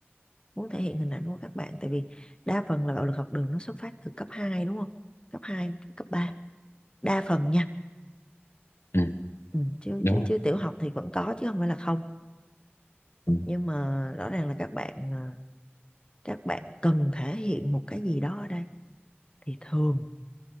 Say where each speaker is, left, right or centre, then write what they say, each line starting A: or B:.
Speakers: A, on the left (about 25°); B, on the left (about 75°).
A: muốn thể hiện hình ảnh của các bạn tại vì đa phần là bạo lực học đường nó xuất phát từ cấp 2 đúng không cấp 2, cấp 3. đa phần nha
B: ừ,
A: Ừ, chứ
B: đúng
A: chứ
B: rồi
A: chứ tiểu học thì vẫn có chứ không phải là không
B: ừ,
A: nhưng mà rõ ràng là các bạn à, các bạn cần thể hiện một cái gì đó ở đây thì thường